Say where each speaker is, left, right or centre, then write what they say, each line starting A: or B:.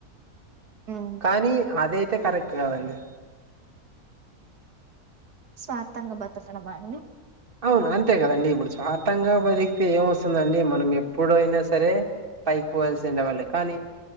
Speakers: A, on the right; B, on the right.
A: ఉమ్,
B: కానీ అదయితే కరెక్ట్ కదండి.
A: స్వార్థంగా బతుకడమా అండి.
B: అవును అంతే కదండి. ఇప్పుడు స్వార్థం గా బతికితే ఏం వస్తుందండి. మనం ఎప్పుడైనా సరే పైక్ పోవాల్సిన వాళ్లే కానీ